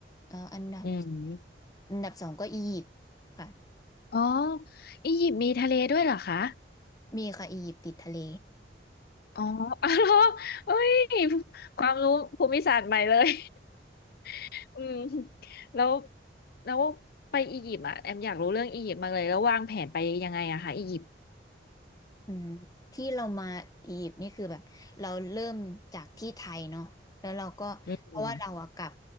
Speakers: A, on the left; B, on the left.
A: แล้วอันดับ
B: อืม
A: อันดับสองก็อียิปต์ค่ะ
B: อ๋ออียิปต์มีทะเลด้วยเหรอคะ
A: มีค่ะอียิปต์ติดทะเล
B: อ๋อ <laughs> อ๋อเหรอเอ้ยความรู้ภูมิศาสตร์ใหม่เลย <laughs> อืมแล้วแล้วไปอียิปต์อ่ะแอมอยากรู้เรื่องอียิปต์มากเลยแล้ววางแผนไปยังไงอะคะอียิปต์
A: อืมที่เรามาอียิปต์นี่คือแบบเราเริ่มจากที่ไทยเนาะแล้วเราก็เพราะว่าเราอะกลับ
B: อืม